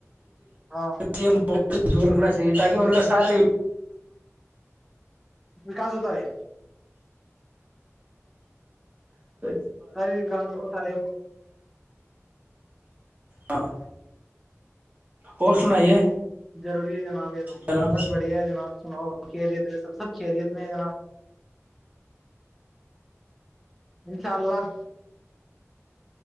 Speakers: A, in the centre; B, on the right.
A: ہاں
B: تی م دور رکھنا چاہیے تاکہ ان کا سار
A: کاس ہوتا رہے
B: ہ
A: ساری وکاس ہو تو اتا رہ ہے
B: ہاں اور سنائیے
A: روری ہے جناب ایک دم
B: جناب
A: بس بڑھیا ہے جناب سناو خیریت ہے سب سب خیریت میں ہے جناب انشاء اللہ